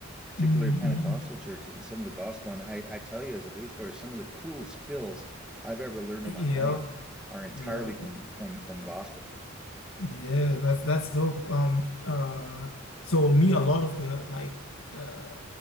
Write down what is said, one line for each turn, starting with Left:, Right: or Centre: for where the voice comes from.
Centre: particularly
Left: mm,
Centre: Pentecostal
Left: mm.
Centre: churches and some of the gospel. And I, I tell you, as a bass player, some of the coolest fills I've ever learned
Left: Yep.
Centre: in my life are entirely
Left: Yep.
Centre: from from from gospel.
Left: Yeah, that's that's dope. Um, uh, so me, a lot of the like uh